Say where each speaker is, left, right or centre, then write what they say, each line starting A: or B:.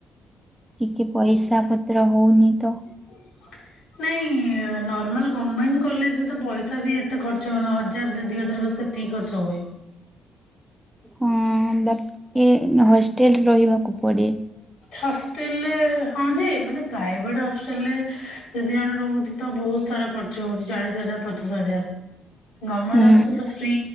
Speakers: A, in the centre; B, on the left (about 70°).
A: ଟିକେ ପଇସା ପତ୍ର ହଉନି ତ
B: ହ ନାଇଁ ନର୍ମାଲ ଗଭର୍ଣ୍ଣମେଣ୍ଟ କଲେଜରେ ତ ପଇସା ବି ଏତେ ଖର୍ଚ୍ଚ ହଉନ ହଜାର ଦିଇ ହଜାର ବାସ ସେତ ତିକି ଖର୍ଚ ହୁଏ।
A: ହଁ ବା ଏ ହଷ୍ଟେଲ ରହିବାକୁ ପଡ଼େ।
B: ହଷ୍ଟେଲରେ ହଁ ଯେ ମାନେ ପ୍ରାଇଭେଟ ହଷ୍ଟେଲରେ ଯଦି ଜଣେ ରହୁଛି ତ ବହୁତ ସାରା ଖର୍ଚ୍ଚ ହଉଛି ଚାଳିଶ ହଜାର ପଚାଶ ହଜାର। ଗଭର୍ମେଣ୍ଟ
A: ହୁଁ
B: ହଷ୍ଟେଲ ତ ଫ୍ରି